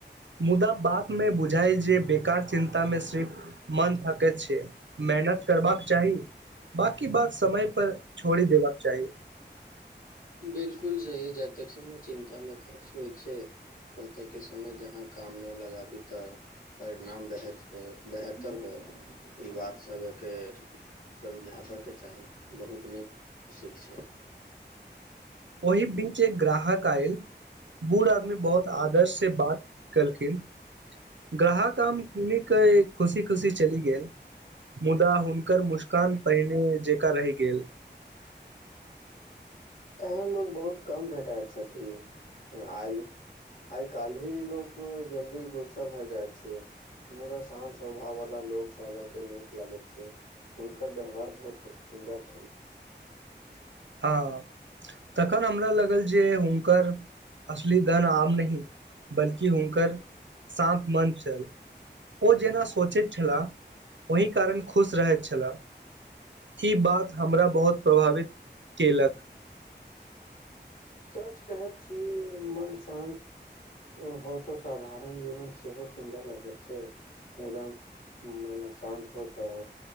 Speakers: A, on the right; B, on the left.
A: मुदा बातमे बुझाइ जे बेकार चिन्तामे सिर्फ मन थकैत छै मेहनत करबाक चाही बकी बात समय पर छोड़ि देबाक चाही
B: बिलकुल सही जतेक समय चिन्तामे खर्च होइत छै ओतेकके समय जहाँ काममे लगाबी तऽ परिणाम बेह हो बेहतर होइ ई बात सब एकके समझाबैके चाही बहुत नीक शिख छै
A: ओहि बीच एक ग्राहक आयल बूढ़ आदमी बहुत आदर्श से बात केलखिन ग्राहक आम कने के खुशी खुशी चलि गेल मुदा हुनकर मुस्कान पहिने जेकाँ रहि गेल
B: एहन लोक बहुत कम भेटइत छथिन आ आइ काल्हि ही लोक जल्दी गुस्सा भए जाइत छै मुदा शान्त स्वभाववला लोकसभ एकके नीक लागैत छै हुनकर व्यवहार बहुत सुन्दर छल
A: हँ तखन हमरा लागल जे हुनकर असली धन आम नहि बल्कि हुनकर शान्त मन छल ओ जेना सोचैत छलाह ओहि कारण खुश रहैत छलाह ई बात हमरा बहुत प्रभावित केेलक
B: सच कहैत छी मन शान्त होतऽ साधारण जीवन सेहो सुन्दर लगैत छै मुदा मन अशान्त होतऽ